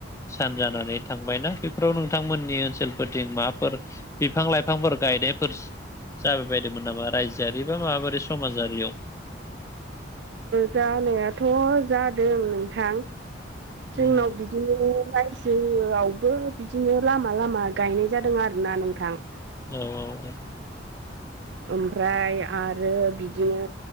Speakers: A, on the left; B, on the right.
A: सान जानानै थांबायनाा बेफोराव नोंथांमोननि ओनसोलफोरजोंं माबाफोर बिफां लाइफांफोर गायनायफोर जाबाय बायदोंमोन नामा रायजोआरि बा माबारि समाजारियाव
B: जानायाथ' जादों नोंथां जोंनाव
A: उम
B: बिदि बिदिनो रायजोआवबो बिदिनो लामा लामा गायनाय जादों आरोना नोंथां
A: औ औ
B: ओमफ्राय आरो बिदिनो